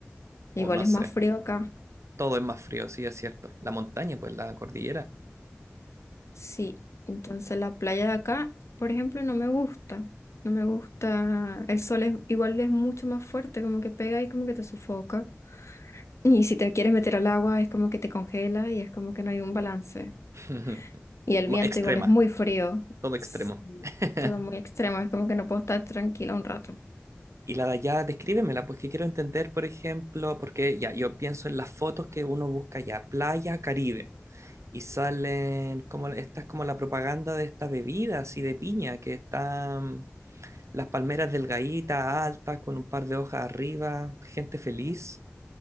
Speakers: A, on the left; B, on the right.
A: Igual
B: O no
A: es
B: sé.
A: más frío acá.
B: Todo es más frío, sí, es cierto. La montaña, pues la cordillera.
A: Sí, entonces la playa de acá, por ejemplo, no me gusta. No me gusta. El sol es igual es mucho más fuerte, como que pega y como que te sufoca. Y si te quieres meter al agua, es como que te congela y es como que no hay un balance.
B: <laughs>
A: Y el
B: Mo-
A: viento
B: Extrema,
A: igual es muy frío.
B: todo extremo.
A: Sí.
B: <laughs>
A: todo muy extremo, es como que no puedo estar tranquila un rato.
B: Y la de allá, descríbemela, pues que quiero entender, por ejemplo, porque ya yo pienso en las fotos que uno busca ya, playa, Caribe. y salen como esta es como la propaganda de esta bebida así de piña que están las palmeras delgaditas, altas, con un par de hojas arriba, gente feliz.